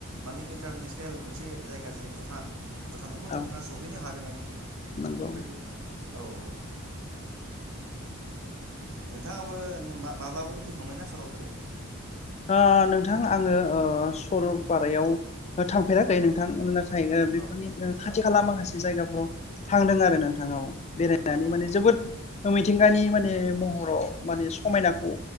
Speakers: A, on the right (about 85°); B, on the left (about 30°).
A: माने इन्टारनेसनेल मोनसे जायगा जेरै भुटान भुटानावबो नोंथाङा
B: औ
A: सहैनो हागोन हागोन आरोखि
B: नंगौ
A: बेबायदि औ औ ओ नोंथाङाबो नो मा माब्लाफोर फैखांबायना सरलफारायाव
B: ओ नोंथां आङो ओ सरलपारायाव
A: औ
B: ओ थांफेरो खै
A: औ
B: नोंथां आं थारैनो बेफोरनि
A: औ
B: खाथि
A: औ
B: खाला माखासे जाय गाफोराव थांदों आरो नोंथा औ बेरायनानै
A: औ औ
B: माने जोबोद मिथिंगानि माने महराव माने समायनाखौ